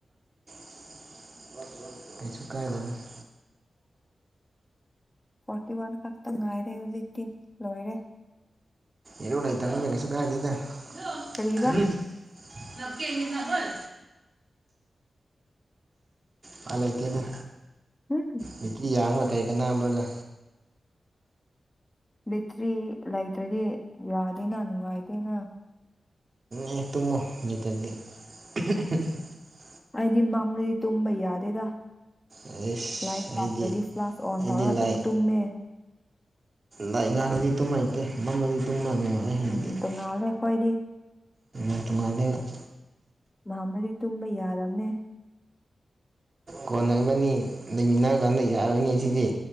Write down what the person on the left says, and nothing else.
ꯐꯣꯔꯇꯤꯋꯥꯟ ꯈꯛꯇ ꯉꯥꯏꯔꯦ ꯍꯧꯖꯤꯛꯇꯤ ꯂꯣꯏꯔꯦ
ꯀꯔꯤꯕ
ꯎꯝ
ꯕꯤꯠꯇ꯭ꯔꯤ ꯂꯩꯇ꯭ꯔꯗꯤ ꯌꯥꯗꯦꯅ ꯅꯨꯡꯉꯥꯏꯇꯦꯅ
ꯑꯩꯗꯤ ꯃꯝꯔꯦ ꯇꯨꯝꯕ ꯌꯥꯗꯦꯗ
ꯂꯥꯏꯠ
ꯂꯥꯛꯇ꯭ꯔꯗꯤ ꯐ꯭ꯂꯥꯁ ꯑꯣꯟ
ꯇꯧꯔꯒ ꯑꯗꯨꯝ
ꯇꯨꯝꯃꯦ
ꯎꯝ
ꯇꯣꯡꯉꯥꯜꯂꯦ ꯑꯩꯈꯣꯏꯗꯤ
ꯉꯥꯟꯕꯒꯤ ꯇꯨꯝꯕ ꯌꯥꯔꯕꯅꯦ